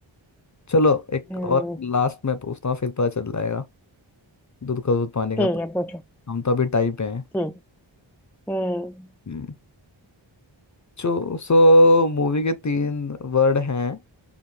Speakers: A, on the left; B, in the centre.
A: चलो एक
B: हम्म
A: और लास्ट में पूछता हूँ फिर पता चल जाएगा दूध का दूध पानी
B: ठीक
A: का पानी।
B: है पूछो
A: हम तो अभी टाइप पे हैं
B: ठीक हम्म
A: हम्म जो सो मूवी के तीन वर्ड हैं